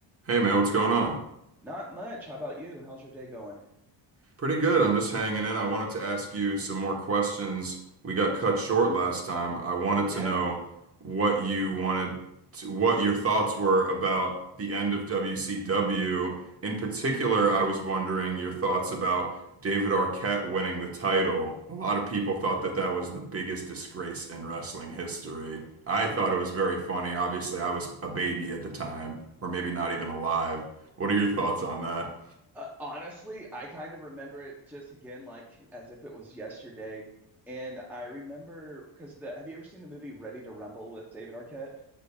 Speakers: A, on the right; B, in the centre.
A: Hey man, what's going on?
B: Not much. How about you? How's your day going?
A: Pretty good. I'm just hanging in. I wanted to ask you some more questions. We got cut short last time. I wanted
B: Oh yeah.
A: to know what you wanted to, what your thoughts were about the end of WCW. In particular, I was wondering your thoughts about David Arquette winning the title. A lot of people thought that that was the biggest disgrace in wrestling history. I thought it was very funny. Obviously, I was a baby at the time, or maybe not even alive. What are your thoughts on that?
B: Uh, honestly, I kind of remember it just again like as if it was yesterday. And I remember because the have you ever seen the movie Ready to Rumble with David Arquette?